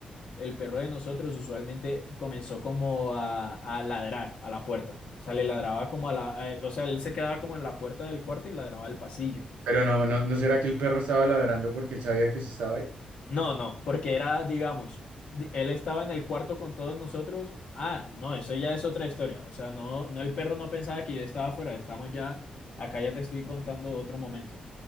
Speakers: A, on the left; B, on the right.
A: el perro de nosotros usualmente comenzó como a, a ladrar a la puerta. O sea, le ladraba como a la, eh, o sea, él se quedaba como en la puerta del cuarto y ladraba al pasillo.
B: Pero no, no, ¿no será que el perro estaba ladrando porque él sabía que usted estaba ahí?
A: No, no, porque era, digamos, di- él estaba en el cuarto con todos nosotros. Ah, no, eso ya es otra historia. O sea, no, no, el perro no pensaba que yo estaba afuera. Estamos ya, acá ya te estoy contando otro momento.